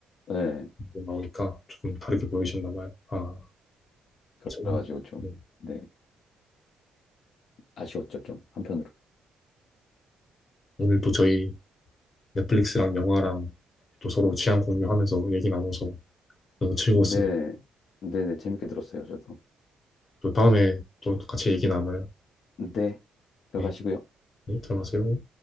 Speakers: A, on the left; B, on the left.
A: 예.
B: 부분 나오니까 조금 다르게 보이셨나 봐요. 아, 저희,
A: 그래가지고 좀,
B: 네.
A: 네. 아쉬웠죠. 좀 한편으로.
B: 오늘 또 저희 넷플릭스랑 영화랑 또 서로 취향 공유하면서 얘기 나눠서 너무 즐거웠습니다.
A: 네. 네네. 재밌게 들었어요. 저도.
B: 또 다음에 또 같이 얘기 나눠요.
A: 네. 들어가시고요.
B: 네, 네, 들어가세요.